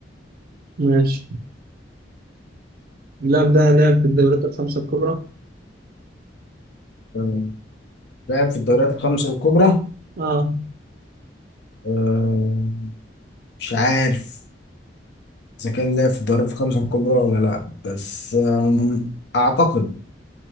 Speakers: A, on the right; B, on the left.
A: ماشي اللاعب ده لعب في الدوريات الخمسة الكبرى
B: تمام لاعب في الدوريات الخمسة الكبرى؟
A: اه
B: أه مش عارف إذا كان لاعب في الدوريات الخمسة الكبرى ولا لا بس آم، أعتقد